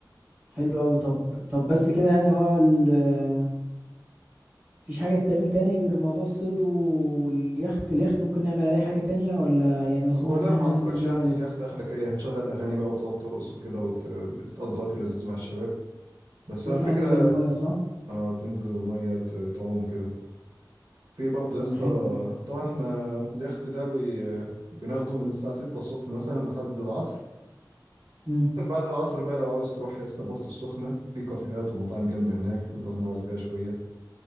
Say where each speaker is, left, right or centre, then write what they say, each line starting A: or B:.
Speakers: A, on the right (about 20°); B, on the right (about 70°).
A: حلو قوي طب طب بس كده يعني هو ال- مفيش حاجة تتعمل تاني غير موضوع الصيد واليخت اليخت ممكن نعمل عليه حاجة تانية ولا يعني مسموح
B: هو
A: ان
B: لا
A: احنا
B: ما اعتقدش
A: ننزل نعمل
B: يعني لاخت اخرك ايه هتشغل اغاني بقى وتقعد ترقص وكده وتقضي وقت لذيذ مع الشباب بس
A: بس ينفع
B: هو الفكرة
A: ننزل المية صح؟
B: اه تنزل المية ت- تعوم كده في برضه
A: طب
B: يا اسطى
A: ما حلو ده
B: طبعا احنا اليخت ده بي... بناخده من الساعة 6 الصبح مثلا لحد العصر
A: امم
B: بعد العصر بقى لو عاوز تروح يا اسطى بورتو السخنة في كافيهات ومطاعم جامدة هناك نروح نقعد فيها شوية